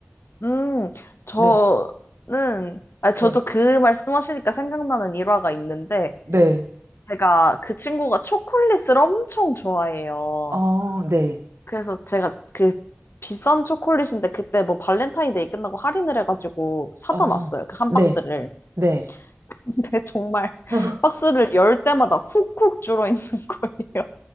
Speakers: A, on the left; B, on the right.
A: 음, 저는,
B: 네.
A: 아, 저도
B: 네.
A: 그 말씀하시니까 생각나는 일화가 있는데,
B: 네.
A: 제가 그 친구가 초콜릿을 엄청 좋아해요.
B: 어, 네.
A: 그래서 제가 그 비싼 초콜릿인데 그때 뭐 발렌타인데이 끝나고 할인을 해가지고 사다
B: 어,
A: 놨어요. 그 한
B: 네.
A: 박스를.
B: 네.
A: <laughs> 근데 정말
B: <laughs>
A: 박스를 열 때마다 훅훅 줄어 있는 <laughs> 거예요.